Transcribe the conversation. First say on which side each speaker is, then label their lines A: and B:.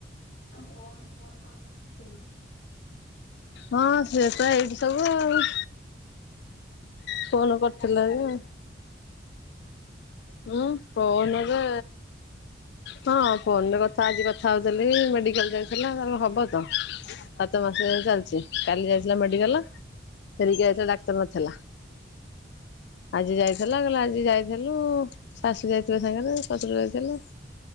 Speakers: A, on the left; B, on the left.
A: ତମ ଭଉଣୀ ଫୋନ ଫାନ୍ କରୁ <inaudible> ନ୍ତିକି
B: ହଁ ସେ ତ ଏଇଠି ସବୁ ଆଉ। ଫୋନ କରିଥିଲା ଯେ ମୁଁ ଫୋନରେ ହଁ ଫୋନରେ କଥା ଆଜି କଥା ହଉଥିଲି ମେଡିକାଲ ଯାଇଥିଲା ତାର ହବ ତ। ସାତ ମାସ ଚାଲିଛି କାଲି ଯାଇଥିଲା ମେଡିକାଲ ଫେରିକି ଆଇଥିଲା ଡାକ୍ତର ନଥେଲା। ଆଜି ଯାଇଥିଲା କହିଲା ଆଜି ଯାଇଥେଲୁ ଶାଶୁ ଯାଇଥିଲେ ସାଙ୍ଗେରେ ଶଶୁର ଯାଇଥିଲେ।